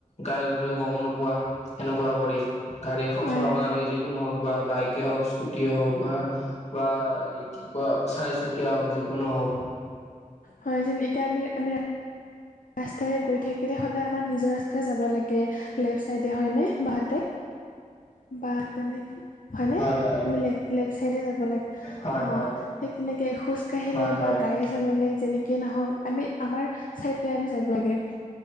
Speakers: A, on the left; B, on the left.
A: গাড়ীত তুমি গম নোপোৱা। সেনেকুৱা কৰি- গাড়ী এখন
B: হয়
A: চলাব নালাগে যিকোনো হওঁক বা বাইক হওঁক স্কুটে হওঁক বা বা হেৰি- কি কোৱা চিচুকীয়া হওঁক যিকোনো হওঁক।
B: হয়ঁ যে এতিয়া আমি আমি ৰাস্তাৰে গৈ থাকিলে সদায় আমাৰ নিজৰ ৰাস্তাত- জাৱ লাগে লেপ চাইদে হয় নে বাও হাতে বা- তেনে কি হয়নে
A: হয় হয়
B: আমি লেফ লেফ ছাইডে যাব লাগে।
A: হয়
B: অঁ
A: হয়
B: ঠিক তেনেকে খোজ কাঢ়িলে
A: হয় হয়
B: বা গাই যেনেকৈ নহওক আমি আমাৰ চাইদ তে আমি যাব লাগে